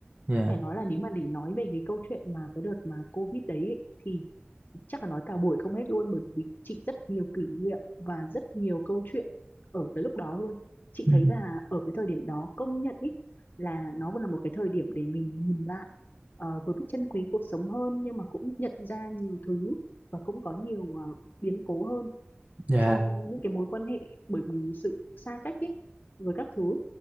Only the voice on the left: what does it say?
Phải nói là nếu mà để nói về cái câu chuyện mà cái đợt mà Covid đấy ấy, thì chắc là nói cả buổi không hết luôn bởi vì chị rất nhiều kỷ niệm và rất nhiều câu chuyện ở cái lúc đó luôn. Chị
thấy là ở cái thời điểm đó công nhận ấy là nó vẫn là một cái thời điểm để mình nhìn lại ờ, vừa biết trân quý cuộc sống hơn nhưng mà cũng nhận ra nhiều thứ và cũng có nhiều ờ, biến cố hơn
trong những cái mối quan hệ bởi vì sự xa cách ấy với các thứ.